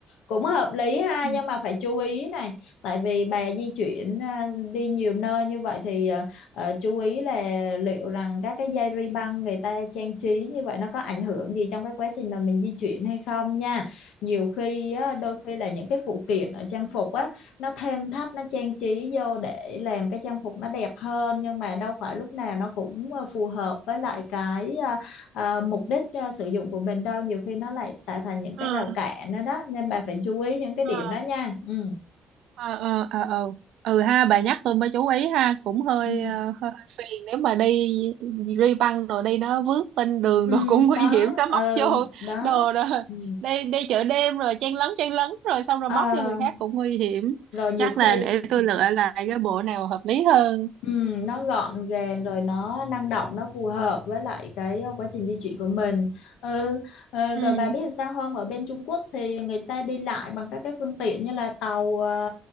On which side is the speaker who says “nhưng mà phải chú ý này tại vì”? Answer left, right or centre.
Left